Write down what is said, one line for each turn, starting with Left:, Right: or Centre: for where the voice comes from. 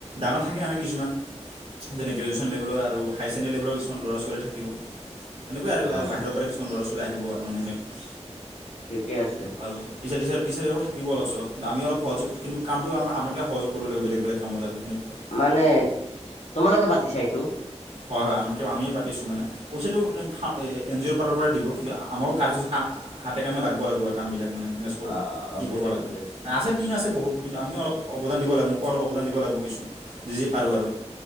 Right: ডাঙৰ থাকে আৰু কিছুমান যেনে গ্ৰেজুৱেশ্যন লেভেলৰ আৰু হাই চেকেণ্ডেৰী লেভেলৰ কিছুমান ল'ৰা-ছোৱালী থাকিব। তেনেকুৱাই আৰু
Left: অ
Right: আৰু বাহিৰৰ পৰা কিছুমান ল'ৰা ছোৱালী আহিব আৰু মানে সেনেকুৱা।
Left: ঠিকে আছে।
Right: আৰু টিচাৰ, টিচাৰ টিচাৰেও থাকিব অলপ চলপ, আমি অলপ সহযোগ কৰিম কিন্তু, কামটো আম আমাকে সহযোগ কৰিব লাগিব বেলেগ বেলেগ কামত আৰু তেনেকুৱাই
Left: মানে তোমালোকে পাতিছা এইটো?
Right: হয়, হয়, আমাকে আমিয়ে পাতিছোঁ মানে, পইচাটো শা এ, এই এন জি অ'ৰ ফালৰপৰা দিব কিন্তু, আমাৰো কাৰ্য আছে, কাম হাতে কামে লাগব লাগিব আৰু কামবিলাক মানে মেনেজ কৰোঁ,
Left: অ অ অ
Right: কি
Left: বুজি
Right: কৰবা
Left: পাইছো
Right: লাগব,
Left: বুজি পাইছো
Right: আছে টিম আছে বহুত কিন্তু আমিও অলপ অৱদান দিব লাগিব, মোকো অলপ অৱদান দিব লাগব কিছু, যি যি পাৰোঁ আৰু।